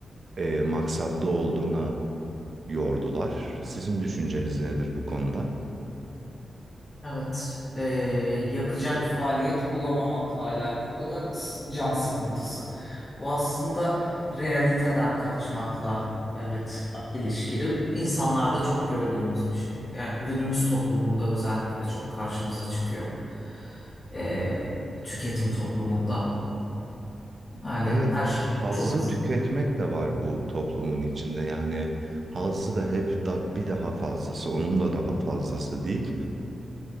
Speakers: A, on the right; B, on the left.
A: e, maksatlı olduğuna yordular. Sizin düşünceniz nedir bu konuda?
B: Evet, eee, yapacak faaliyet bulamamakla alakalı s- can sıkıntısı. Bu aslında realiteden kaçmakla evet ilişkili. İnsanlarda çok gördüğümüz bir şey. Yani günümüz toplumunda özellikle çok karşımıza çıkıyor. Eee, tüketim toplumunda. Yani
A: Evet,
B: her şey
A: hazzı
B: çok hızlı.
A: tüketmek de var bu toplumun içinde. Yani hazzı da hep da, bir daha fazlası, onun da daha fazlası değil.